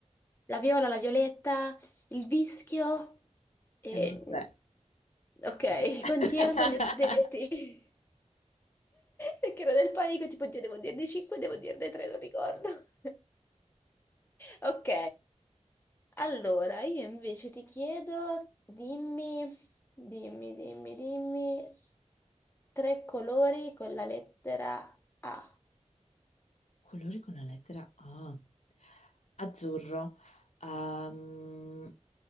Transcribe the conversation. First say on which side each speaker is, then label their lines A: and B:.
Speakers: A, on the left; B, on the left.
A: la viola, la violetta, il vischio e...
B: Erano tre.
A: Ok,
B: <laughs>
A: <laughs> quanti erano? Li ho detti. <laughs> Perché ero nel panico, tipo, Dio, devo dirne 5, devo dirne 3, non ricordo. <laughs> Ok, allora io invece ti chiedo, dimmi, dimmi, dimmi, dimmi, tre colori con la lettera A.
B: Colori con la lettera A. Azzurro. Ehm,